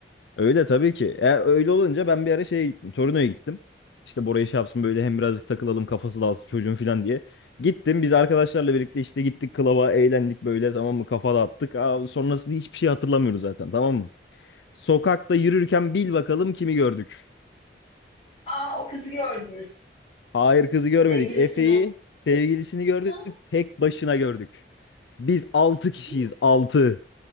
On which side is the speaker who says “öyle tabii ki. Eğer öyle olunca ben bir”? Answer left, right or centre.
Left